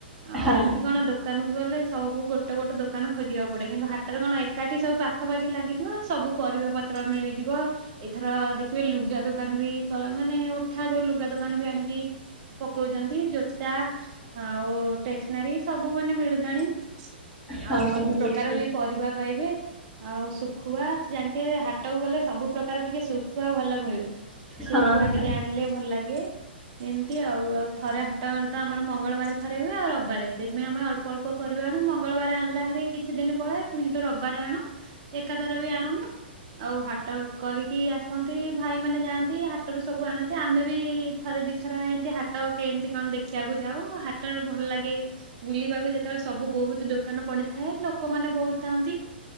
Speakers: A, on the right; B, in the centre.
A: ଆଉ
B: ହଁ
A: ଏମିତି କଣ ଦୋକାନକୁ ଗଲେ ସବୁ ଗୋ ଗୋଟେ ଗୋଟେ ଦୋକାନ ଖୋଜିବାକୁ ପଡ଼େ କିନ୍ତୁ ହାଟରେ କଣ ଏକାଠିବୁ ପାଖାପାଖି ଲାଗିଥିବ ସବୁ ପରିବା ପତ୍ର ମିଳିଯିବ ଏଥର ଦେଖିବେ ଲୁଗା ଦୋକାନବି କ ମାନେ ଉଠା ଯୋଉ ଲୁଗା ଦୋକାନବି ଆଣିକି ପକଉଚନ୍ତି ଜୋତା ଆଉ ଷ୍ଟେସନାରୀ ସବୁ ମାନେ ମିଳୁିଲାଣି
B: ହଁ
A: ଆଉ ସବୁ
B: ମିଳିଛି
A: ପ୍ରକାରବି ପରିବା ପାଇବେ ଆଉ ଶୁଖୁଆ ଜାଣିିଥିବେ ହାଟକୁ ଗଲେ ସବୁ ପ୍ରକାର ଟିକେ ଶୁଖୁଆ ଭଲ ମିଳେ। ଶୁଖୁଆ
B: ହଁ
A: ଟିକେ
B: ହଁ।
A: ଆଣିଲେ ଭଲ ଲାଗେ। ଏମିତି ଆଉ ଆଉ ଥରେ ହାଟରେତ ଆମର ମଙ୍ଗଳବାର ଥରେ ହୁଏ ଆଉ ରବିବାରେ ସେଇଥିପାଇଁ ଆମେ ଅଳ୍ ଳ୍ପ ଅଳ୍ପ ପରିବା ଆଣୁ ମଙ୍ଗଳବାର ଆଣିଲା ହାରି କିଛି ଦିନ ପଳାଏ ପୁଣି ହେଟୁ ରବିବାର ଆଣୁ ଏକାଥରବି ଆଣୁନୁ ଆଉ ହାଟ କରିକି ଆସନ୍ତି ଭାଇ ମାନେ ଯାଆନ୍ତି ହାଟରୁ ସବୁ ଆଣନ୍ତି ଆମେବି ଥରେ ଦିଥର ଏମତି ହାଟ କେମିତି କଣ ଦେଖିବାକୁ ଯାଉ ହାଟରେ ଭଲ ଲାଗେ ବୁଲିବାକୁ ଯେତେବେଳେ ସବୁ ବହୁତ୍ ଦୋକାନ ପଡ଼ିଥାଏ ଲୋକମାନେ ବହୁତ୍ ଥାନ୍ତି।